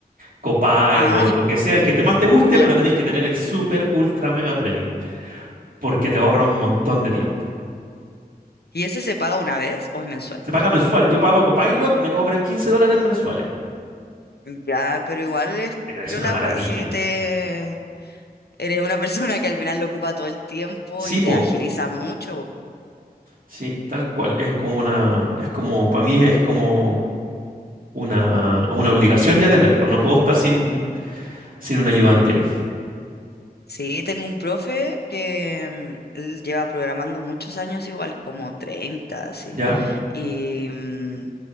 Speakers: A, on the right (about 60°); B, on the left (about 80°).
A: Copilot,
B: Ah.
A: lo que sea, el que te más te guste,
B: <laughs> Ya.
A: pero tenés que tener el super ultra mega premium, porque te ahorra un montón de tiempo.
B: ¿Y ese se paga una vez o es mensual?
A: Se paga mensual, yo pago a Copilot, me cobran 15 dólares mensuales,
B: Ya, pero igual es
A: pero es
B: piola
A: una maravilla.
B: pa- si te eres una <laughs> persona que al final lo ocupa todo el tiempo
A: Sí,
B: y te
A: po,
B: agiliza mucho.
A: sí, tal cual, es como una, es como, para mí es como una, una obligación ya tenerlo, no puedo estar sin, sin un ayudante ahí,
B: Sí, tengo un profe que mm, él lleva programando muchos años igual, como 30 así.
A: ¿ya?
B: Y mm,